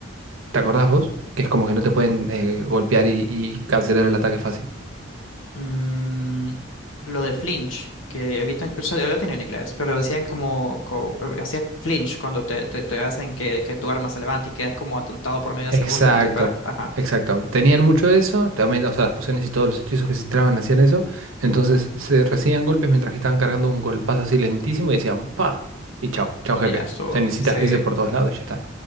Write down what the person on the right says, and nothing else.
¿Te acordás vos? Que es como que no te pueden eh, golpear y, y cancelar el ataque fácil.
Exacto,
exacto. Tenían mucho de eso, también, o sea, las pociones y todos los hechizos que se tiraban hacían eso. Entonces se recibían golpes mientras que estaban cargando un golpazo así lentísimo y decían ¡pa! Y chao, chao jefe.
Cenicitas
grises por todos lados y ya está.